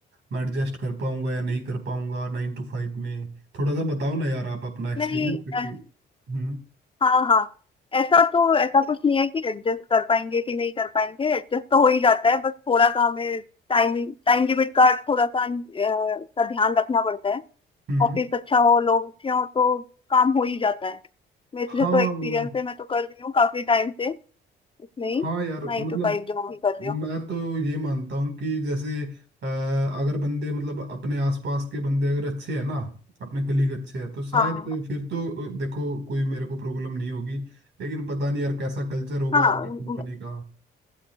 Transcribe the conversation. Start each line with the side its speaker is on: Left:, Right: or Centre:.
Right: मैं एडजस्ट कर पाऊंगा या नहीं कर पाऊंगा नाइन टू फाइव में थोड़ा सा बताओ ना यार आप अपना एक्सपीरियंस
Left: नहीं ऐस-
Right: हम्म
Left: हाँ हाँ ऐसा तो ऐसा कुछ नहीं है कि एडजस्ट कर पाएंगे कि नहीं कर पाएंगे एडजस्ट तो हो ही जाता है बस थोड़ा सा हमें टाइम टाइम लिमिट का थोड़ा सा अ, का ध्यान रखना पड़ता है
Right: हम्म
Left: ऑफिस अच्छा हो लोग अच्छे हो तो काम हो ही जाता है मेरे
Right: हाँ
Left: तो
Right: वो
Left: एक्सपीरियंस है मैं तो कर रही हूँ काफी टाइम से इसमें ही
Right: हाँ यार
Left: नाइन
Right: मतलब
Left: टू फाइव जॉब ही कर रही हूँ
Right: मैं तो ये मानता हूँ कि जैसे अ, अगर बंदे मतलब अपने आसपास के बंदे अगर अच्छे हैं ना अपने कलीग अच्छे हैं तो शायद
Left: हाँ
Right: फिर तो अ, देखो कोई मेरे को प्रॉब्लम नहीं होगी लेकिन पता नहीं यार कैसा कल्चर होगा
Left: हाँ हाँ,
Right: कंपनी का